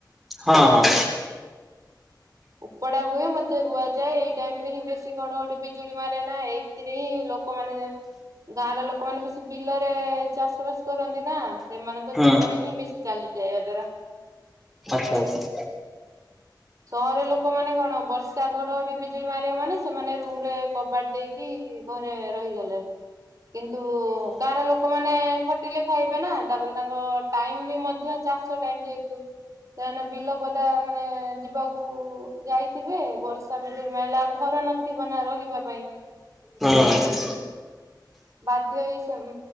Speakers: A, in the centre; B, on the right.
A: ହଁ ହଁ।
B: ଉପୁଡା ହୁଏ ନଧ୍ୟ ରୁଆଯାଏ ଏଇ ଟାଇମ ରେ ହିଁ ବେଶୀ ଘଡଘଡି ବିଜୁଳି ମାରେ ନା ଏ ସେଥିରେ ହିଁ ଲୋକମାନେ ଗାଁ ର ଲୋକମାନେ ବେଶୀ ବିଲରେ ଚାଷ ବାସ କରନ୍ତି ନା। ସେମାନଙ୍କ
A: ହୁଁ
B: ଜୀବନ ହିଁ ବେଶୀ ଚାଲିଯାଏ ୟା ଦ୍ୱାରା।
A: ଆଚ୍ଛା ଆଚ୍ଛା।
B: ସହର ଲୋକମାନେ କଣ ବର୍ଷା ଘଡଘଡି ବିଜୁଳି ମାରିବ ମାନେ ସେମାନେ ରୁମ ରେ କବାଡ ଦେଇକି ଘରେ ରହିଗଲେ। କିନ୍ତୁ ଗାଁର ଲୋକମାନେ ଖଟିଲେ ଖାଇବେ ନା ତାପରେ ତାଙ୍କ ଟାଇମ ବି ମଧ୍ୟ ଚାଷ ଟାଇମ ଯେହେତୁ ସେମାନେ ବିଲ ପଦା ମାନେ ଯିବାକୁ ଯାଇଥିବେ ବର୍ଷା ବିଜୁଳି ମାରିଲା ଆଉ ଘର ନଥିବ ନା ରହିବା ପାଇଁ।
A: ହଁ।
B: ବାଧ୍ୟ ହେଇ ସେମ୍